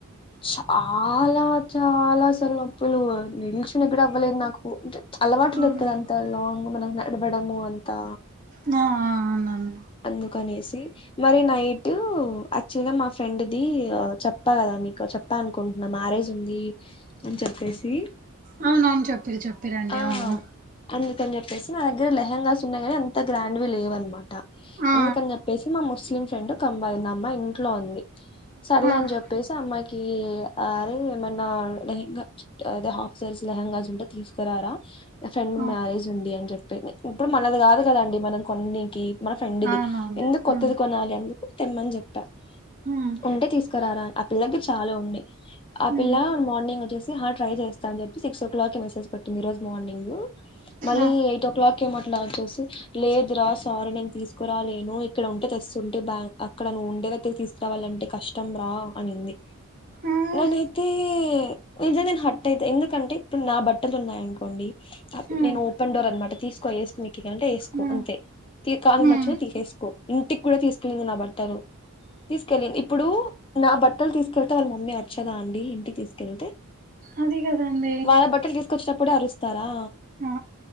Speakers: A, on the left; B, on the right.
A: చాలా చాలా అసలు నొప్పులు నిల్చున్న కుడా అవ్వలేదు నాకు అంటే అల్వాట్లు
B: అవును
A: లేదుగా అంతా లాంగ్ మనకు నడవడము అంతా
B: వునండి
A: అందుకనేసి మళ్ళి నైట్ యాక్చువల్గా మా ఫ్రెండ్ది చెప్పా కదా మీకు చెప్ప చెప్పా అనుకుంటున్నా మ్యారేజ్ ఉంది అని చెప్పేసి
B: అవునవును చెప్పిరి చెప్పిరండి
A: ఆ
B: అవును
A: అందుకని చెప్పేసి నా దగ్గర లెహెంగాస్ ఉన్నాయి కాని అంత గ్రాండ్వి లేవు అనమాట
B: ఆ
A: అందుకని చె చెప్పేసి మా ముస్లిం ఫ్రెండ్ కంబాలంది అమ్మాయి ఇంట్లో ఉంది సర్లే
B: ఆ
A: అని చెప్పేసి అమ్మాయికి కి అరే ఏమన్నా లెహంగా అదే హాఫ్ సైస్ లెహెంగాస్ ఉంటా తీస్కురారా మా ఫ్రెండ్
B: ఆ
A: మ్యారేజ్ ఉంది అని చెప్పి ఇప్పుడు మనది కాదు కదండి మనం కొన్నికి మన ఫ్రెండ్ది
B: ఆ అవునవును
A: ఎందుకు కొత్తది
B: ఉమ్
A: కొనాలి అందుకు తెమ్మని చెప్పారు
B: ఉమ్
A: ఉంటే తీస్కురారా అని ఆ పిల్ల దగ్గర చాలా ఉనై ఆ
B: ఉమ్
A: పిల్ల మార్నింగ్ వచ్చేసి హ ట్రై చేస్తా అని చెప్పి సిక్స్ ఓ క్లాక్ కి మెసేజ్ పెట్టింది ఈ రోజు మార్నింగ్ మళ్ళీ
B: ఆ
A: ఎయిట్ ఓ క్లాక్ ఏమట్లా వచ్చేసి లేదు రా సారీని తీసుకురాాలేను ఇక్కడ ఉంటే తెస్తుంటే బ్యాక్ అక్కడ నువవు ఉండే దగ్గర తీసుకురావాలంటే కష్టం ఇష్టం రా అనింది
B: ఉమ్
A: నేన్ తే ఇదే నేను హట్ అయితా ఎందుకంటే ఇప్పుడు నా బట్టలు ఉన్నాయినుకోండి
B: ఉమ్
A: నేను ఓపెన్ డేర్ అనమాట తీసుకో ఎసుకుని ఎక్కంటే ఎస్కో
B: ఉమ్
A: అంతే కాని
B: ఉమ్
A: నచ్చినవి తీసేసుకో ఇంటికి కూడా తీసుకెళ్ళంది నా బట్టలు తీసుకెళ్ళిడి ఇప్పుడు నా బట్టలు తీసుకెళ్తే వాళ్ళ మమ్మీ వచ్చదా అండి ఇంటికి తీసుకెళ్తే,
B: అది కదండి
A: వాళ్ల బట్టల్ కస వచ్చేప్పుడే అరుస్తారా
B: ఆ